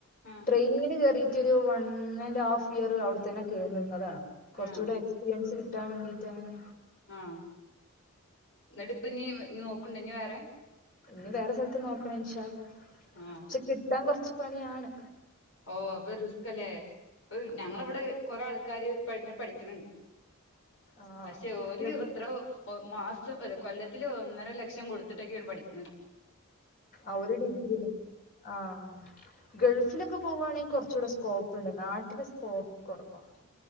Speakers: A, on the left (about 60°); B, on the left (about 40°).
A: ആഹ്
B: ട്രൈ നിങ്ങ്ന് കേറീട്ടൊരു വൺ ആൻഡ് ഹാഫ് ഇയർ അവടെത്തന്നെ കേറ് നിന്നതാണ് കൊറച്ചുടെ
A: ആഹ്
B: എക്സ്പീരിയൻസ് കിട്ടാൻ വേണ്ടിട്ട് അങ്ങനെ
A: ആഹ് ഇന്നെട്ട്പ്പഞ്ഞ് നോക്ക്ണ്ടോ വേറെ
B: ഇഞ്ഞ് വേറെ സ്ഥലത്ത് നോക്കണം ഇൻഷാ അള്ളാ
A: ആഹ്
B: പക്ഷെ കിട്ടാൻ കൊറച്ച് പണ്യാണ്
A: ഓഹ് വേറ്തലേ അഹ്
B: ആദ്യം
A: ഞങ്ങളെവടെ കൊറെ ആൾക്കാര് പ പഠിക്ക്ണണ്ട്
B: ആഹ്
A: പക്ഷെ ഓര് ഇത്ര ഒ മാസം ഒര് കൊല്ലത്തില് ഒന്നര ലക്ഷം കൊട്ത്തിട്ടൊക്ക്യാണ് പഠിക്ക്ണത്
B: അവര് ഡിഗ്രിയിലേ ആഹ് ഗൾഫിലൊക്കെ പോവാണെങ്കി കൊറച്ചൂടെ സ്കോപ്പ്ണ്ട് നാട്ടിലെ സ്കോപ്പ് കൊറവാണ്